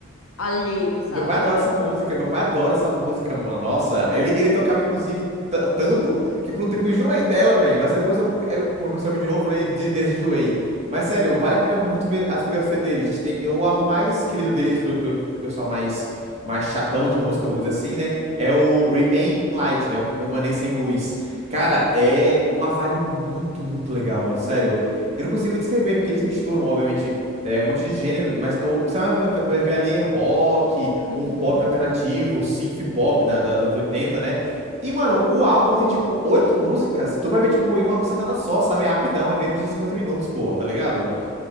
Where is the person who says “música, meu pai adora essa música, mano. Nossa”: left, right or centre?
Right